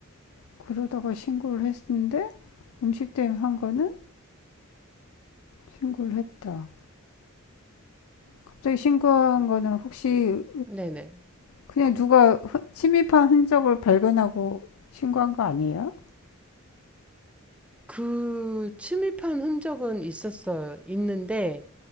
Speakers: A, on the left; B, in the centre.
A: 그러다가 신고를 했는데, 음식 때문에 한 거는 신고를 했다. 갑자기 신고한 거는 혹시
B: 네네.
A: 그냥 누가 흔- 침입한 흔적을 발견하고 신고한 거 아니에요?
B: 그 침입한 흔적은 있었어요. 있는데